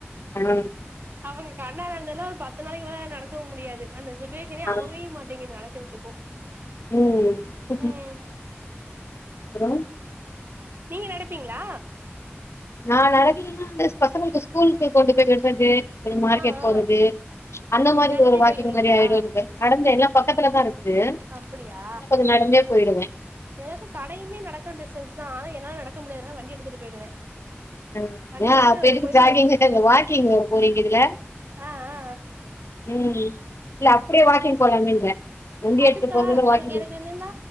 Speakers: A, on the left; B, on the right.
A: ம்
B: அவங்க கண்ணாலந்தெல்லா‌ ஒரு பத்து நாளைக்கி கூட நடக்க முடியாது அந்த சுச்சுவேஷனே
A: ஆ
B: அமைய மாட்டேங்குது நடக்கறதுக்கு
A: ம் அப்பறோ
B: ம் நீங்க நடப்பீங்களா
A: நான் நடக்கிங்கன்னா வந்து பசங்கங்களுக்கு ஸ்கூலுக்கு கொண்டு போய் விடுறது கொஞ்சோ மார்க்கெட்
B: ஆ ஆ
A: போறது அந்த மாதிரி
B: நடந்தே
A: ஒரு வாக்கிங்
B: போயிடுவீங்களா
A: மாரி ஆயிடு எனக்கு நடந்தேனா பக்கத்துலதா இருக்குது
B: அப்படியா
A: அப்ப அது நடந்தே போயிடுவே
B: எனக்கு கடையுமே நடக்கற டிஸ்டன்ஸ் தா ஆனா என்னால நடக்க முடியாதுன்னால வண்டி எடுத்துட்டு போயிடுவே
A: ஆ
B: வண்டி
A: ஏ
B: எடுத்துட்டு
A: அப்ப எதுக்கு
B: போயிட்டு
A: ஜாகிங்
B: ஒரு
A: <unintelligible> வாக்கிங் போறீங்கல்ல
B: ஆ ஆ
A: ம் இல்ல அப்டியே வாக்கிங் போலாமேன்றே வண்டி
B: அதுக்கா
A: எடுத்து போறதோட
B: அதுக்கு
A: வாக்கிங்
B: எனக்கு என்னன்னா